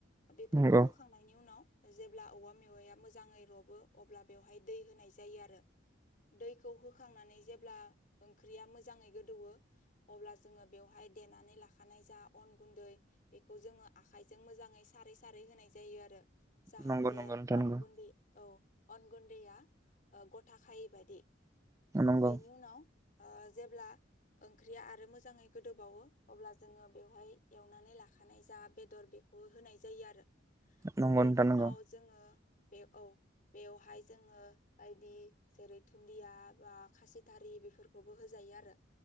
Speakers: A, on the left; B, on the right.
A: बेफोरखौ
B: नंगौ
A: होखांनायनि उनाव जेब्ला औवा मेवाया मोजाङै रबो अब्ला बेवहाय दै होनाय जायो आरो दैखौ होखांनानै जेब्ला ओंख्रिया मोजाङै गोदौवो अब्ला जोङो बेवहाय देनानै लाखा- लाखानाय जा अन गुन्दै बेखौ जोङो आखाइजों मोजाङै सारै सारै होनाय जायो आरो जाहाथे
B: नंगौ नंगौ नोंथां
A: अन
B: नंगौ
A: गुन्दै औ अन गुन्दैया गथाखायै बायदि
B: नंगौ
A: बेनि उनाव ओ जेब्ला ओंख्रिआ आरो मोजाङै गोदौबावो अब्ला जोङो बेवहाय एवनानै लाखानाय जा बेदर बेखौ होनाय जायो आरो
B: नंगौ
A: बेनि
B: नोंथां
A: उनाव
B: नंगौ
A: जोङो बे औ बेवहाय जोङो बायदि जेरै दुन्दिया बा खासिथारि बेफोरखौबो होजायो आरो